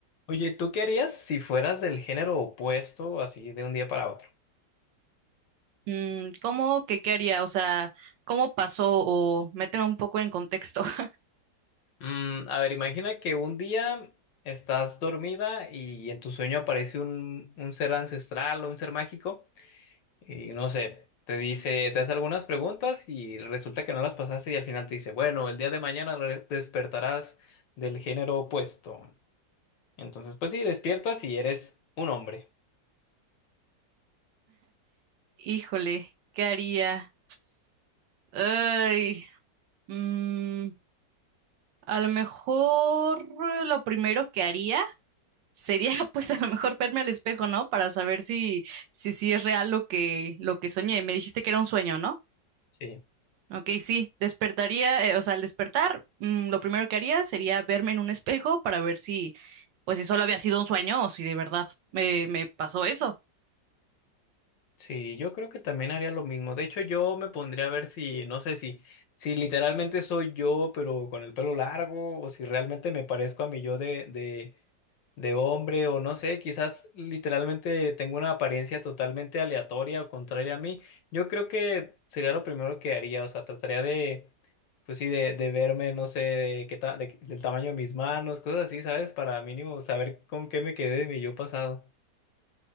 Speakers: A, on the left (about 80°); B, on the right (about 80°).
A: Oye, ¿tú qué harías si fueras del género opuesto, así de un día para otro?
B: Mm, ¿cómo que qué haría? O sea, ¿cómo pasó? O méteme un poco en contexto. <laughs>
A: Mm, a ver, imagina que un día estás dormida y en tu sueño aparece un, un ser ancestral o un ser mágico y no sé, te dice, te hace algunas preguntas y resulta que no las pasaste y al final te dice, bueno, el día de mañana re- despertarás del género opuesto. Entonces, pues sí, despiertas y eres un hombre.
B: Híjole, ¿qué haría? Ay, mm, a lo mejor eh, lo primero que haría sería, <laughs> pues, a lo mejor verme al espejo, ¿no? Para saber si, si, si es real lo que, lo que soñé. Me dijiste que era un sueño, ¿no?
A: Sí.
B: Ok, sí, despertaría, eh, o sea, al despertar, mm, lo primero que haría sería verme en un espejo para ver si, pues si solo había sido un sueño o si de verdad me, me pasó eso.
A: Sí, yo creo que también haría lo mismo. De hecho, yo me pondría a ver si, no sé si, si literalmente soy yo, pero con el pelo largo, o si realmente me parezco a mi yo de, de, de hombre, o no sé, quizás literalmente tengo una apariencia totalmente aleatoria o contraria a mí. Yo creo que sería lo primero que haría, o sea, trataría de, pues sí, de, de verme, no sé, de qué ta- de- del tamaño de mis manos, cosas así, ¿sabes? Para mínimo saber con qué me quedé de mi yo pasado.